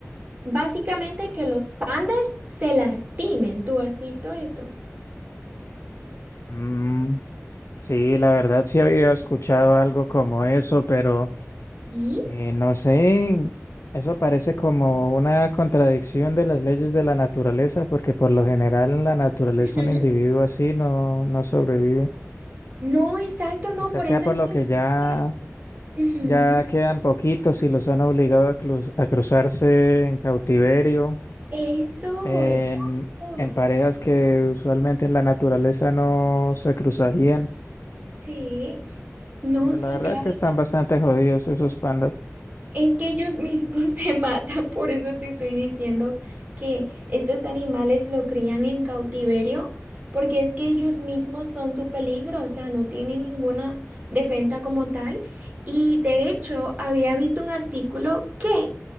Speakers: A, on the right; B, on the left.
A: básicamente que los pandas se lastimen. ¿Tú has visto eso?
B: Mm, sí, la verdad sí había escuchado algo como eso, pero
A: ¿Y?
B: eh, no sé, eso parece como una contradicción de las leyes de la naturaleza, porque por lo general en la naturaleza
A: Ujú.
B: un individuo así no, no sobrevive.
A: No, exacto, no,
B: Quizás
A: por
B: sea
A: eso
B: por
A: es
B: lo
A: que
B: que
A: existe.
B: ya
A: Ujú.
B: Ya quedan poquitos y los han obligado a, cruz- a cruzarse en cautiverio,
A: Eso,
B: en,
A: exacto.
B: en parejas que usualmente en la naturaleza no se cruzarían.
A: Sí, no,
B: Pero
A: sí,
B: la verdad
A: claro.
B: es que están
A: sí,
B: bastante
A: sí,
B: jodidos esos pandas.
A: Es que ellos mismos <laughs> se matan, por eso te estoy diciendo que estos animales lo crían en cautiverio, porque es que ellos mismos son su peligro, o sea, no tienen ninguna defensa como tal. Y de hecho, había visto un artículo que